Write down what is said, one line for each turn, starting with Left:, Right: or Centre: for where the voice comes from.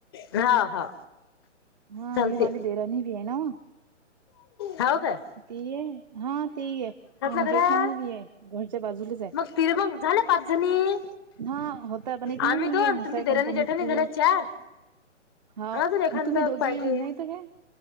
Left: हा हा.
Right: हा
Left: चालते
Right: हे मला देराणी भी आहे ना.
Left: हाव का
Right: तिही ये हा, तिहिये,
Left: घरात
Right: जेठाणी बी हे, घरच्या बाजूलाच हाय
Left: मग तिरे मग झाल्या पाच जणी
Right: हा होतात, आणि एक मुलगी
Left: आम्ही दोन
Right: हाय म्हसाय
Left: तुमची देराणी
Right: कंपनीतली.
Left: जेठाणी झाल्या चार
Right: हा,
Left: अजून एखादा
Right: आणि तुम्ही दोघी
Left: पाहिजे
Right: नाही तर काय,